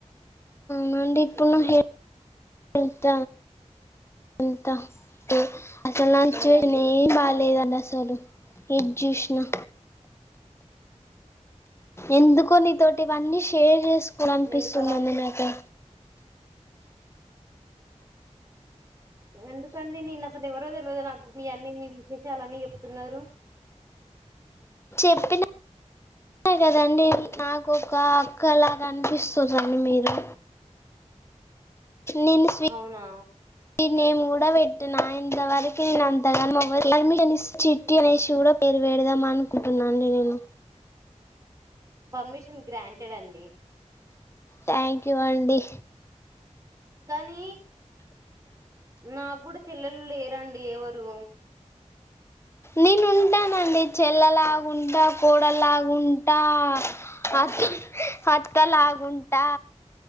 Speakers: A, on the left; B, on the right.
A: మండి ఎప్పున్నయ్ నిజ అంతతో అసలు నంచి
B: ఏంటిదండి
A: వసిన ఏం బాగాలేదండి అసలు ఏది చూసినా ఎందుకో నీతోటి ఇవన్నీ షేర్ చేసుకోని అనిపిస్తుందిండి
B: ఎందుకలా అనుకు
A: నాకె
B: అది ఎందుకండి నేను అసలు ఎవరో తెలవదు నాకు మీ అన్నీ మీ విశేషాలున్ని చెప్తున్నారు.
A: చెప్పిన కదండి నాకు ఒక అక్కలాగా అనిపిస్తుంది రండి మీరు నేను స్వీ
B: అవునా
A: నేమ్ గూడ వెట్టిన ఇంతవరకె న అంతగన్ మవ్వదు పెర్మినిసన్ సిట్టినేసి వేరు పెడదాం అనుకుకుంటున్నా అండి నేను
B: పర్మిషన్ గ్రాంటెడ్ అండి
A: థ్యాంక్ యూ అండి
B: కానీ నాకు కూడా చెల్లెలు లేరండి ఎవరు
A: నేను ఉంటా నండి చెల్ల లాగుంట, కోడలాగుంట అ అత్తలాగుంటా